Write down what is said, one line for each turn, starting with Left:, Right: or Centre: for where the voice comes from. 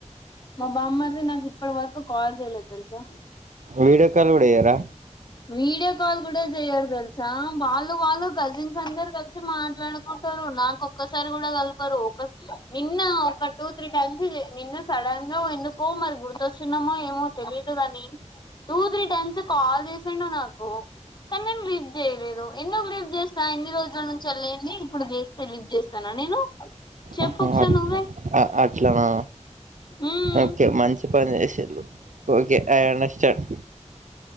Left: మా బామ్మర్ది నాకు ఇప్పటి వరకు కాల్ చేయలేదు తెలుసా
Right: వీడియో కాల్ కూడా చేయరా
Left: వీడియో కాల్ కూడా చెయరు తెల్సా వాళ్ళు వాళ్ళు కజిన్స్ అందరు కలిసి మాట్లాడుకుంట రు నాకొక్కసారి కూడా కలపరు నిన్న ఒక టూ తీ టైమ్స్ నిన్న సడన్ గా ఎందొ ఎందుకో మరి గుర్తొచ్చిన్నమో ఏమో తెలిదు గని టూ త్రీ టైమ్స్ కాల్ చేస్ సిండు నాకు కనీ నేన్ లీఫ్ చేయలేదు ఎందుకు లీఫ్ చేస్త ఇన్ని రోజుల నుంచెల్లేంది ఇప్పుడు చేస్తే లీఫ్ చేస్తన నేను చెప్పు
Right: ఆహా
Left: ఒకసా
Right: అట్-
Left: నువ్వే
Right: అ అట్లానా
Left: ఉమ్
Right: ఓకే మంచి పని చేసిల్లు ఓకే ఐ అండస్టాండ్